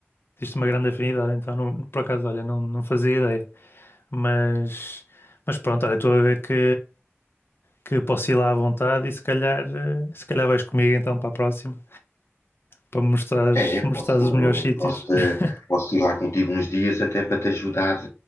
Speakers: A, on the left (about 50°); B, on the left (about 80°).
A: Existe uma grande afinidade, então, não- por acaso, olha, não, não fazia ideia. Mas, mas pronto, olha, estou a ver que, que posso ir lá à vontade e se calhar, eh, se calhar vais comigo então para a próxima, para me mostrares,
B: É,
A: mostrares
B: posso,
A: os melhores
B: eu
A: sítios.
B: posso, te-
A: <laughs>
B: posso ir lá contigo uns dias até para te ajudar,